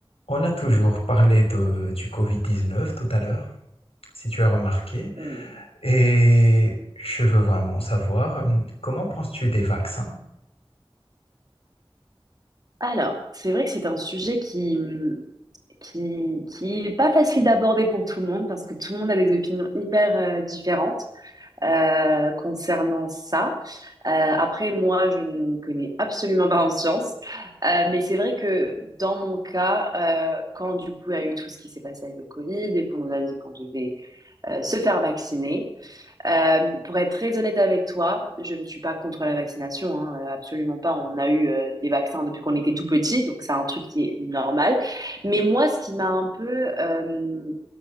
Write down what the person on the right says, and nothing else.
Oui.
Alors, c'est vrai que c'est un sujet qui, hum, qui, qui est pas facile d'aborder pour tout le monde parce que tout le monde a des opinions hyper euh, différentes euh, concernant ça. Euh, après, moi, je ne m'y connais absolument pas en sciences, Euh, mais c'est vrai que dans mon cas, euh, quand du coup il y a eu tout ce qui s'est passé avec le Covid et qu'on nous a dit qu'on devait euh, se faire vacciner, euh, pour être très honnête avec toi, je ne suis pas contre la vaccination, hein, euh, absolument pas. On a eu euh, des vaccins depuis qu'on était tout petit, donc c'est un truc qui est normal. Mais moi, ce qui m'a un peu euh,